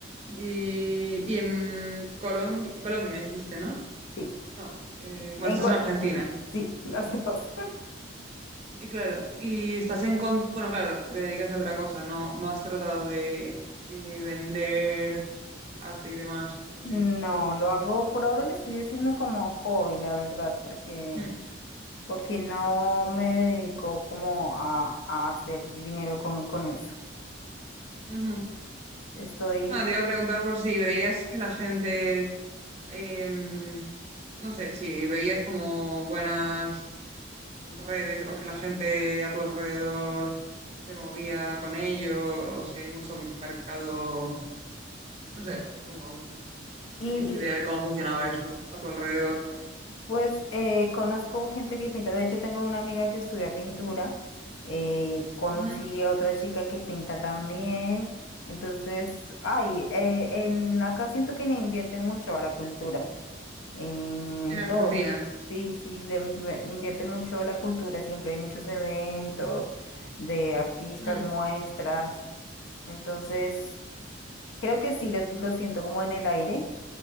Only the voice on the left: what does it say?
sí,
en
cor-
sí, las dos. <laughs>
No, lo hago, por ahora lo estoy haciendo como hobby, la verdad, porque,
porque no me dedico como a, a hacer dinero con, con eso.
Estoy,
de-
y,
Pues eh, conozco gente que pinta, de hecho tengo una amiga que estudia pintura, eh, conocí
a otra chica que pinta también, entonces, ay, eh, en, acá siento que le invierten mucho a la cultura, en, en
todo, sí, sí, le invier- invierten mucho a la cultura, siempre hay muchos eventos de artistas,
muestras, entonces, creo que sí, lo, lo siento como en el aire,